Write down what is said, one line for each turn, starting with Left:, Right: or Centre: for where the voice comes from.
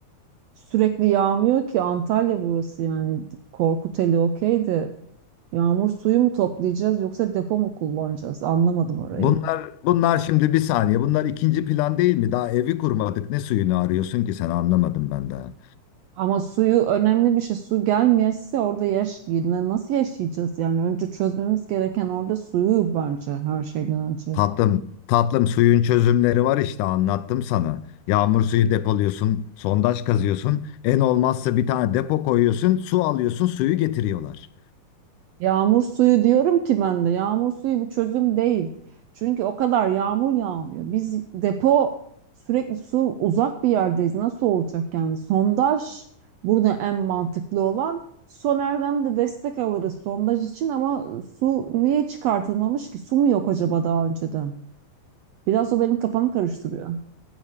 Right: sürekli yağmıyor ki Antalya burası yani Korkuteli okey de yağmur suyu mu toplayacağız yoksa depo mu kullanacağız anlamadım
Left: Bunlar
Right: orayı.
Left: bunlar şimdi bir saniye. Bunlar ikinci plan değil mi? Daha evi kurmadık. Ne suyunu arıyorsun ki sen anlamadım ben daha.
Right: Ama suyu önemli bir şey. Su gelmeyese orada yaş yine nasıl yaşayacağız yani önce çözmemiz gereken orada suyu bence her şeyden önce.
Left: Tatlım, tatlım suyun çözümleri var işte anlattım sana. Yağmur suyu depoluyorsun, sondaj kazıyorsun. En olmazsa bir tane depo koyuyorsun, su alıyorsun, suyu getiriyorlar.
Right: Yağmur suyu diyorum ki ben de yağmur suyu bir çözüm değil. Çünkü o kadar yağmur yağmıyor. Biz depo sürekli su uzak bir yerdeyiz. Nasıl olacak yani? Sondaj burada en mantıklı olan. Soner'den de destek alırız sondaj için ama su niye çıkartılmamış ki? Su mu yok acaba daha önceden? Biraz o benim kafamı karıştırıyor.